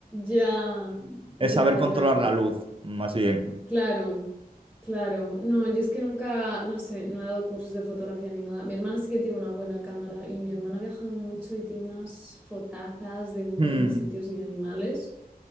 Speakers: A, in the centre; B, on the right.
A: Ya,
B: Es
A: ya,
B: saber controlar
A: ya.
B: la luz, más bien.
A: Claro, claro. No, yo es que nunca, no sé, no he dado cursos de fotografía ni nada. Mi hermana sí que tiene una buena cámara y mi hermana ha viajado mucho y tiene unas fotazas de un montón
B: Hmm,
A: de sitios y de animales